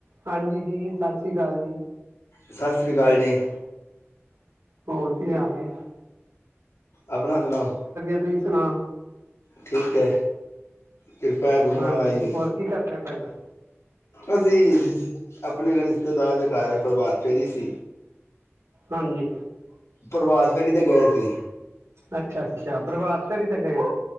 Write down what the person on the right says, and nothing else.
ਹਾਂਜੀ ਜੀ ਸਤਿ ਸ੍ਰੀ ਅਕਾਲ ਜੀ
ਹੋਰ ਕੀ ਹਾਲ ਏ
ਤੁਸੀਂ ਸੁਣਾਓ
ਹਾਂਜੀ
ਹੋਰ ਕੀ ਕਰਦੇ ਪਏ ਫਿਰ
ਹਾਂਜੀ
ਅੱਛਾ-ਅੱਛਾ ਪ੍ਰਭਾਤ ਫੇਰੀ ਤੇ ਗਏ ਸੀ